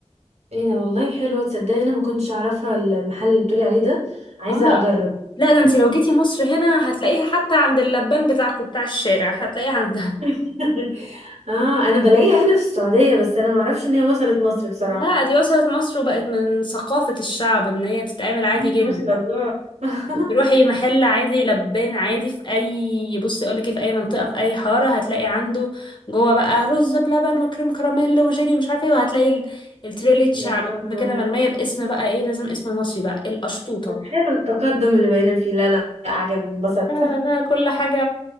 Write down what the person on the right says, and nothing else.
ايه ده والله حلوة تصدقي انا ما كنتش اعرفها المحل اللي بتقولي عليه ده عايزة
اجرب
<laughs> اه انا بلاقيها هنا في السعودية بس انا ما اعرفش ان هي وصلت مصر بصراحة
<laughs>
ما شاء الله <laughs>
آه،
بس حلو التقدم اللي بقينا فيه لا لا لا، عجبني انبسطت
<laughs>